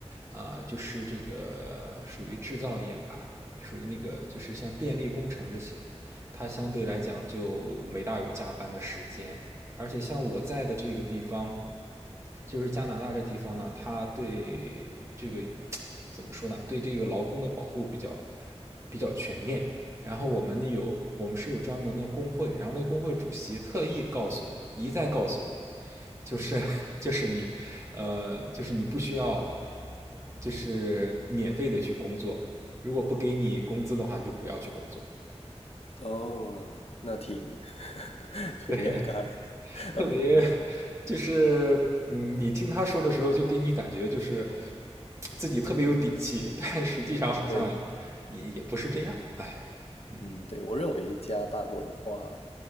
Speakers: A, on the right; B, on the left.
A: 啊、呃就是这个属于制造业吧，属于那个就是像电力工程这些，它相对来讲就没大有加班的时间，而且像我在的这个地方，就是加拿大这地方呢，它对这个怎么说呢？对这个劳工的保护比较比较全面。然后我们有我们是有专门的工会，然后那工会主席特意告诉我们，一再告诉我们，就是 <laughs> 就是你呃，就是你不需要就是免费的去工作，如果不给你工资的话，你就不要去工作。
B: 哦，那挺 <laughs> 挺尴尬。
A: 对。
B: <laughs>
A: 特别就是嗯，你听他说的时候，就给你感觉就是自己特别有底气，但实际上好像
B: 对，
A: 也也不是这样，哎，嗯。
B: 嗯，对，我认为加班文化，